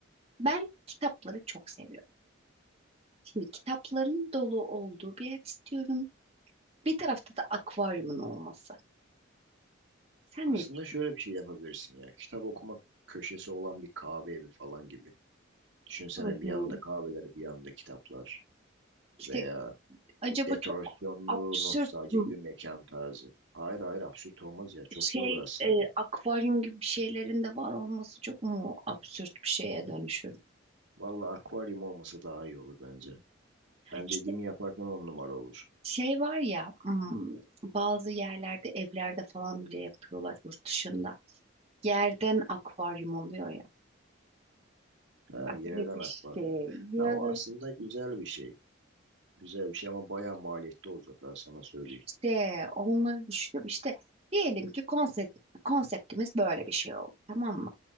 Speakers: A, on the right; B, on the right.
A: Ben kitapları çok seviyorum. Şimdi kitapların dolu olduğu bir ev istiyorum. Bir tarafta da akvaryumun olması. Sen
B: Aslında
A: ne diyorsun?
B: şöyle bir şey yapabilirsin ya. Kitap okuma köşesi olan bir kahve evi falan gibi. Düşünsene
A: Hı
B: bir
A: hı.
B: yanda kahveler, bir yanda kitaplar
A: İşte
B: veya
A: acaba
B: Dekorasyonlu,
A: çok absürt
B: nostaljik
A: mü-
B: bir mekan tarzı. Hayır hayır absürt olmaz ya. Çok
A: şey
B: iyi olur aslında.
A: e, akvaryum gibi bir şeylerin de var olması çok mu absürt bir şeye dönüşür?
B: Vallahi akvaryum olması daha iyi olur bence. Ben
A: İşte
B: dediğimi yaparsan on numara olur.
A: şey var ya hmm, bazı yerlerde evlerde falan bile yapıyorlar yurt dışında. Yerden akvaryum oluyor ya.
B: Ha
A: Öyle
B: yerden
A: bir
B: akvaryum.
A: şey. Ya
B: Ha o
A: da
B: aslında güzel bir şey. Güzel bir şey ama bayağı maliyetli olacak ben sana söyleyeyim.
A: işte onları düşünüyorum. İşte diyelim ki konsept, konseptimiz böyle bir şey oldu. Tamam mı?